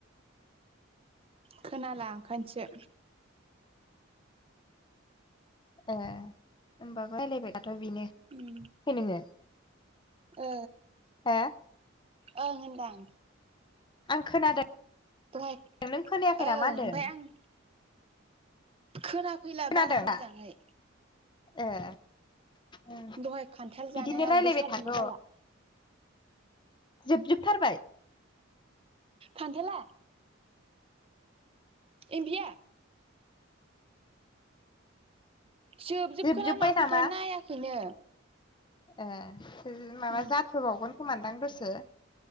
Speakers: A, on the right; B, on the left.
A: खोनाला ओंखायसो
B: <unintelligible>
A: उम ओ
B: हा
A: ओं होनदां
B: आं खोनादों
A: दहाय
B: नों खोनायाखै
A: ओं
B: नामा होनदों
A: आमफाय आं खोना फैला
B: खोनादों
A: बारा
B: दा
A: मोजाङै
B: ए ओं।
A: दहाय खान्थाल जानाया
B: बिदिनो रायलायबाय
A: उदै सादोंलै
B: थाथ'
A: बाला
B: जोबजोबथारबाय
A: खान्थाला इमबिया जोबजोबखोना
B: जोबजोब्बाय
A: माखोथाय
B: नामा
A: नायाखैनो
B: ए बि माबा
A: उम
B: जाथोबावगोन खोमानदांदसो